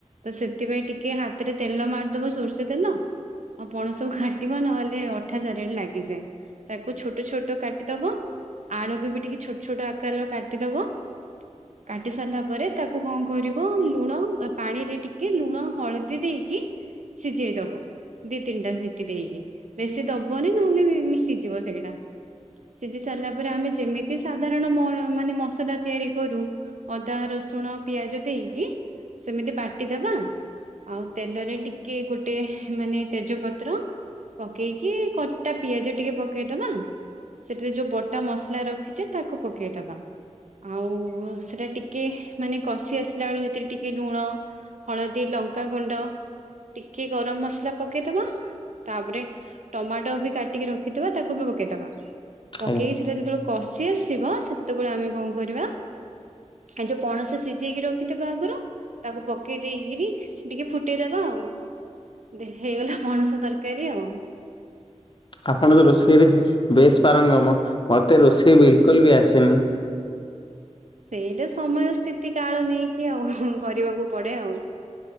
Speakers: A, on the right (about 75°); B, on the left (about 40°).
A: ତ ସେଥିପାଇଁ ଟିକେ ହାତରେ ତେଲ ମାରିଦବ ସୋରିଷ ତେଲ। ଆଉ ପଣକୁ କାଟିବ ନହେଲେ ଅଠା ଚାରିଆଡେ ଲାଗିଯାଏ। ତାକୁ ଛୋଟ ଛୋଟ କାଟିଦବ ଆଳୁକୁ ବି ଟିକେ ଛୋଟ ଛୋଟ ଆକାରରେ କାଟିଦବ। କାଟି ସାରିଲା ପରେ ତାକୁ କଣ କରିବ ଲୁଣ ପାଣିରେ ଟିକେ ଲୁଣ ହଳଦୀ ଦେଇକି। ସିଝେଇଦବ ଦି ତିନିଟା ସିଟିି ଦେଇକି। ବେଶୀ ଦବନି ନହେଲେ ମିଶିଯିବ ସେଇଟା। ସିଝି ସାରିଲା ପରେ ଆମେ ଯେମିତି ସାଧାରଣ ମ ମାନେ ମସଲା। ତିଆରି କରୁ ଅଦା ରସୁଣ ପିଆଜ ଦେଇକି ସେମିତି ବାଟିଦବା। ଆଉ ତେଲରେ ଟିକେ ଗୋଟେ ମାନେ ତେଜପତ୍ର। ପକେଇକି କଟା ପିଆଜ ଟିକେ ପକେଇଦବା। ସେଥିରେ ଯୋଉ ବଟା ମସଲା ରଖିଛେ ତାକୁ ପକେଇଦବା। ଆଉ ସେଟା ଟିକେ ମାନେ କଷି ଆସିଲା ବେଳକୁ ସେତିରେ ଟିକେ ଲୁଣ। ହଳଦୀ ଲଙ୍କାଗୁଣ୍ଡ ଟିକେ ଗରମ ମସଲା ପକେଇଦବ। ତାପରେ ଟମାଟୋ ବି କାଟିକି ରଖିଥିବା ତାକୁ ବି ପକେଇଦବା। ପକେଇ
B: ଆଜ୍ଞା
A: ସେଟା ଯେତେବେଳେ କଷି ଆସିବ ସେତେବେଳେ ଆମେ କଣ କରିବା। ଏ ଯୋଉ ପଣସ ସିଝେଇକି ରଖିଥିବା ଆଗରୁ। ତାକୁ ପକେଇ ଦେଇକରି ଟିକେ ଫୁଟେଇଦବା ଆଉ। ଦେ ହେଇଗଲା ପଣସ ତରକାରୀ ଆଉ।
B: ଆପଣ ତ ରୋଷେଇରେ ବେଶ ପାରଙ୍ଗମ ମତେ ରୋଷେଇ ବିଲକୁଲ ବି ଆସେନି।
A: ସେଇଟା ସମୟ ସ୍ଥିତି କାଳ ନେଇକି ଆଉ କରିବାକୁ ପଡେ ଆଉ।